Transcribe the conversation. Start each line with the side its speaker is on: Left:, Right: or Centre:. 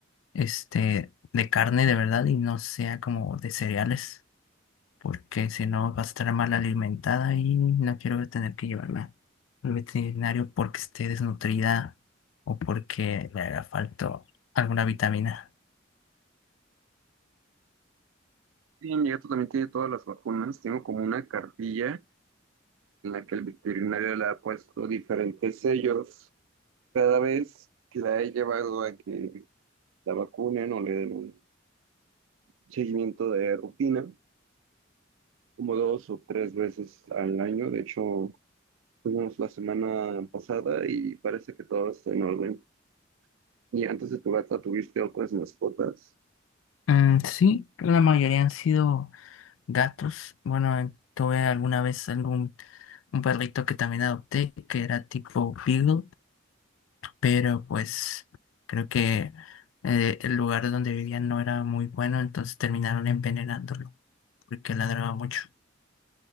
Left: este, de carne de verdad y no sea como de cereales porque si no vas a estar mal alimentada y no quiero tener que llevarla al veterinario porque esté desnutrida o porque le haga falta alguna vitamina.
Right: Y mi gato también tiene todas las vacunas. Tengo como una cartilla en la que el veterinario le ha puesto diferentes sellos cada vez que la he llevado a que la vacunen o le den un seguimiento de rutina, como dos o tres veces al año. De hecho, fuimos la semana pasada y parece que todo está en orden. Y antes de tu gata tuviste otras mascotas.
Left: Mm, sí, la mayoría han sido gatos. Bueno, eh, tuve alguna vez algún un perrito que también adopté que era tipo Beagle, pero pues creo que eh, el lugar donde vivían no era muy bueno, entonces terminaron envenenándolo porque ladraba mucho.